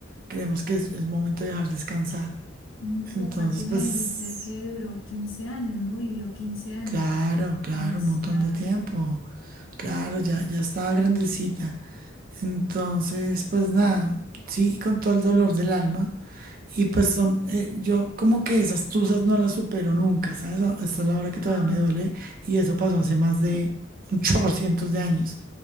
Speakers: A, on the right (about 45°); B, on the left (about 70°).
A: creemos que es, es momento de dejar descansar.
B: Mm,
A: Entonces,
B: Y aparte
A: pues
B: me dijiste que duró 15 años, ¿no? Vivió 15 años.
A: Claro, claro,
B: Demasiado.
A: un montón de tiempo. Claro, ya, ya estaba grandecita. Entonces, pues nada, sí, con todo el dolor del alma. Y pues son, eh, yo como que esas tusas no las supero nunca, ¿sabes? A- Esta es la hora que todavía
B: Ah,
A: me duele y eso pasó hace más de un chorro cientos de años.